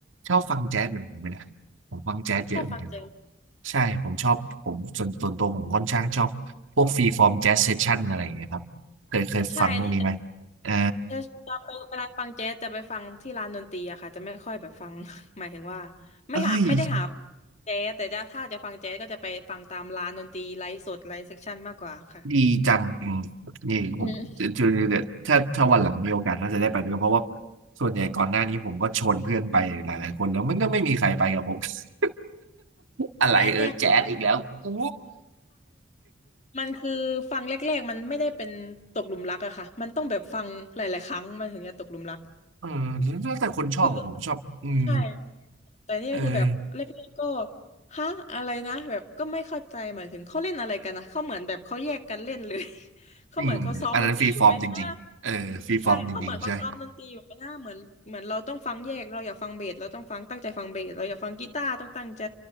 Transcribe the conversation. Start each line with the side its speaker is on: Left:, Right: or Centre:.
Right: ชอบฟังแจ๊สเหมือนผมไหมนะผมฟังแจ๊สเยอะเหมือนกัน
Left: ชอบฟังแจ๊ส
Right: ใช่ ผมชอบผมส่วนส่วนตัวผมค่อนข้างชอบพวกฟรีฟอร์มแจ๊สเซสชั่นอะไรอย่างเงี้ยครับเคยเคยฟังพวกนี้ไหม
Left: ชอบใช่นี่จะ
Right: เออ
Left: จะจะไปเวลาฟังแจ๊สจะไปฟังที่ร้านดนตรีอะค่ะจะไม่ค่อยแบบฟัง <laughs> หมายถึงว่าไม่หาไม่ได้หา
Right: เอ้ย
Left: แจ๊สแต่จะถ้าจะฟังแจ๊สก็จะไปฟังตามร้านดนตรีไลฟ์สดไลฟ์เซ็กชันมากกว่าค่ะ
Right: ดีจังอืมนี่ผมจะจะจะถ้าถ้าวันหลังมีโอกาสน่าจะได้ไปด้วยกันเพราะว่า
Left: อืม
Right: ส่วนใหญ่ก่อนหน้านี้ผมก็ชวนเพื่อนไปหลายๆคนแล้วมันก็ไม่มีใครไปกับผม <laughs> อะไรเออแจ๊สอีกแล้วอู้
Left: แจ๊สเนี่ยคือแบบมันคือฟังแรกๆมันไม่ได้เป็นตกหลุมรักอะค่ะมันต้องแบบฟังหลายๆครั้งมันถึงจะตกหลุมรัก
Right: เออแล้วแต่คนชอบของผมชอบอืม
Left: คือใช่ แต่เนี่ยคือแบบแรกๆก็
Right: เออ
Left: ฮะอะไรนะแบบก็ไม่เข้าใจหมายถึงเขาเล่นอะไรกันนะเขาเหมือนแบบเขาแยกกันเล่นเลย <laughs> เขาเหมือนเขาซ้อมดนตรีอยู่ไหมนะ
Right: อืมอันนั้นฟรีฟอร์มจริงๆเออฟรีฟอร์มจริงๆใช่
Left: ใช่เขาเหมือนเขาซ้อมดนตรีอยู่ไหมนะเหมือนเหมือนเราต้องฟังแยกเราอยากฟังเบสเราต้องฟังตั้งใจฟังเบสเราอยากฟังกีตาร์ต้องตั้งใจ